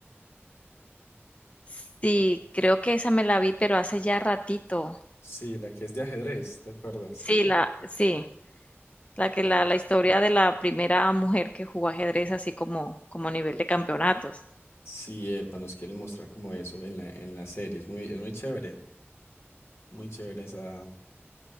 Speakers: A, on the left; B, on the left.
A: Sí, creo que esa me la vi, pero hace ya ratito.
B: Sí, la que es de ajedrez, ¿te acuerdas?
A: Sí, la, sí, la que
B: Ya.
A: la, la historia de la primera mujer que jugó ajedrez así como, como a nivel de campeonatos.
B: Sí, epa, nos quieren mostrar como eso en la, en la serie. Es muy, es muy chévere, muy chévere esa,